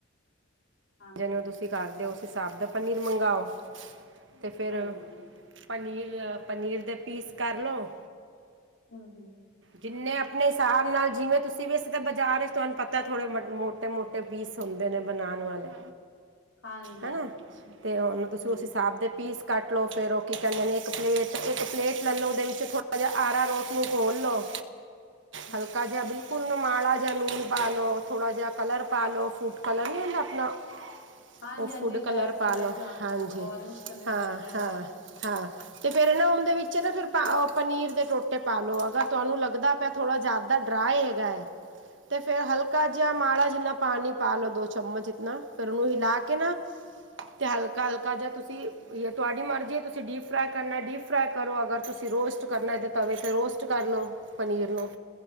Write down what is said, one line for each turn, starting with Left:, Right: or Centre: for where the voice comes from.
Left: ਹਾਂ,
Right: ਜਦੋਂ ਤੁਸੀਂ ਕਰਦੇ ਉਸ ਹਿਸਾਬ ਦਾ ਪਨੀਰ ਮੰਗਵਾਓ ਅਤੇ ਫਿਰ
Left: ਹਾਂਜੀ
Right: ਪਨੀਰ ਲਿਆ ਪਨੀਰ ਦੇ ਪੀਸ ਕਰ ਲਉ।
Left: ਹੂੰ-ਹੂੰ।
Right: ਜਿੰਨੇ ਆਪਣੇ ਹਿਸਾਬ ਨਾਲ ਜਿਵੇਂ ਤੁਸੀਂ ਵੇਸੇ ਤੇ ਬਾਜ਼ਾਰ ਵਿੱਚ ਤੁਹਾਨੂੰ ਪਤਾ ਥੋੜੇ ਮੋਟੇ-ਮੋ ਟੇ ਪੀਸ ਹੁੰਦੇ ਨੇ ਬਣਾਉਣ ਵਾਲੇ।
Left: ਹਾਂਜੀ-ਹਾਂਜੀ,
Right: ਹਨਾ ਤੇ ਉਹਨੂੰ ਤੁਸੀਂ
Left: ਹੂੰ।
Right: ਉਸ ਹਿਸਾਬ ਦੇ ਪੀਸ ਕੱਟ ਲਉ ਫਿਰ ਉਹ ਕੀ ਕਹਿੰਦੇ ਨੇ ਇੱਕ ਪਲੇਟ ਇੱਕ ਪਲੇਟ ਲੈ ਲਉ ਉਹਦੇ ਵਿੱਚ ਥੋੜ੍ਹਾ ਜਿਹਾ ਆਰਾ ਰੋਟ ਨੂੰ ਘੋਲ ਲਉ।
Left: <inaudible>
Right: ਹਲਕਾ ਜਿਹਾ ਬੀ ਫੁੱਲ ਮਾਲਾ ਲੂਣ ਪਾ ਲਓ ਥੋੜਾ ਜਿਹਾ ਕਲਰ ਪਾ ਲਓ ਫੂਡ ਕਲਰ ਨਹੀਂ ਹੁੰਦਾ ਆਪਣਾ
Left: ਹਾਂਜੀ-ਹਾਂਜੀ
Right: ਉਹ ਫੂਡ ਕਲਰ
Left: ਰੈਡ
Right: ਪਾ ਲਓ
Left: ਜੋ ਆਂਦਾ
Right: ਹਾਂਜੀ
Left: ਔਰਂਜ ਕਲਰ ਵੀ
Right: ਹਾਂ
Left: ਰਹਿੰਦਾ
Right: ਹਾਂ
Left: ਰੈਡ ਕਲਰ।
Right: ਹਾਂ। ਤੇ ਫਿਰ ਨਾ ਹੁਣ ਜੇ ਵਿੱਚ ਨਾ ਫਿਰ ਪਾ ਪਨੀਰ ਦੇ ਟੋਟੇ ਪਾ ਲਓ ਅਗਰ ਤੁਹਾਨੂੰ ਲੱਗਦਾ ਪਿਆ। ਥੋੜਾ ਜਿਆਦਾ ਡਰਾਏ ਹੈਗਾ ਹੈ।
Left: <inaudible>
Right: ਤੇ ਫਿਰ ਹਲਕਾ ਜਿਹਾ ਮਾੜਾ ਜਿੰਨਾ ਪਾਣੀ ਪਾ ਲੋੋ ਦੋ ਚਮਚ ਜਿਤਨਾ ਫਿਰ ਉਹਨੂੰ ਹਿਲਾ ਕੇ ਨਾ
Left: <inaudible>
Right: ਤੇ ਹਲਕਾ ਹਲਕਾ ਜਿਹਾ ਤੁਸੀਂ ਤੁਹਾਡੀ ਮਰਜ਼ੀ ਹੈ ਤੁਸੀਂ ਡੀਪ ਫਰਾਈ ਕਰਨਾ ਡੀਪ ਫਰਾਈ ਕਰੋ ਅਗਰ ਤੁਸੀਂ, ਰੋਸਟ ਕਰਨਾ ਤੇ ਤਵੇ ਤੇ ਰੋਸਟ ਕਰ ਲੋ ਪਨੀਰ ਨੂੰ